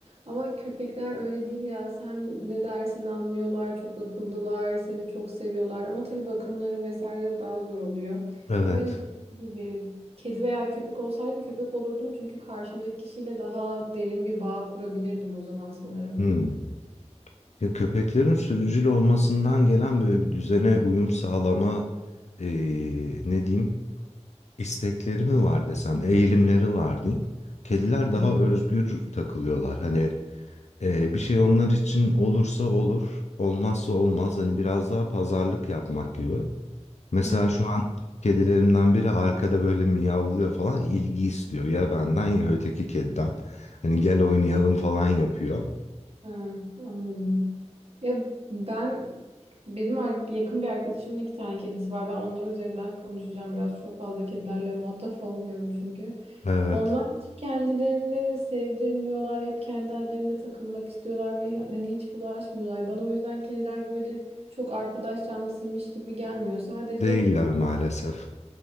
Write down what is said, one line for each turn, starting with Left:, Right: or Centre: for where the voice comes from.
Right: Ama köpekler öyle değil ya. Sen ne dersen anlıyorlar, çok akıllılar, seni çok seviyorlar. Ama tabii bakımları vesaire de daha zor oluyor.
Left: Evet.
Right: Ama iyi gibi Kedi veya köpek olsaydım köpek olurdum çünkü karşımdaki kişiyle daha derin bir bağ kurabilirdim o zaman sanırım.
Left: Hmm. Ya köpeklerin sürücül olmasından gelen böyle bir düzene uyum sağlama eee, ne diyeyim? istekleri mi var desem, eğilimleri var diyeyim. Kediler
Right: Hı
Left: daha özgür takılıyorlar. Hani e, bir şey onlar için olursa olur, olmazsa olmaz. Hani biraz daha pazarlık yapmak gibi. Mesela
Right: hı hı.
Left: şu an kedilerimden biri arkada böyle miyavlıyor falan ilgi istiyor. Ya benden ya öteki kediden. Hani gel oynayalım falan yapıyor.
Right: Hı, anladım. Ya ben benim ar- yakın bir arkadaşımın iki tane kedisi var. Ben onlar üzerinden konuşacağım biraz. Çok fazla kedilerle muhatap <laughs> olmuyorum çünkü.
Left: Evet.
Right: Onlar hiç kendilerini sevdirmiyorlar. Hep kendi hallerinde takılmak istiyorlar ve hani hiç bulaşmıyorlar. Bana o yüzden kediler böyle çok arkadaş canlısıymış gibi gelmiyor. Sadece
Left: Değiller maalesef.